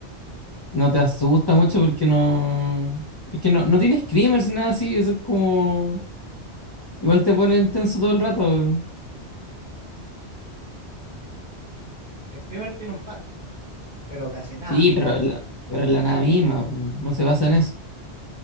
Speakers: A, on the left (about 35°); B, on the right (about 50°).
A: no te asusta mucho porque no, es que no, no tiene screamers ni nada así, eso es como, igual te ponen tenso todo el rato.
B: Screamer tiene un par, pero casi nada.
A: Sí, pero la, pero es la nada misma, no se basa en eso,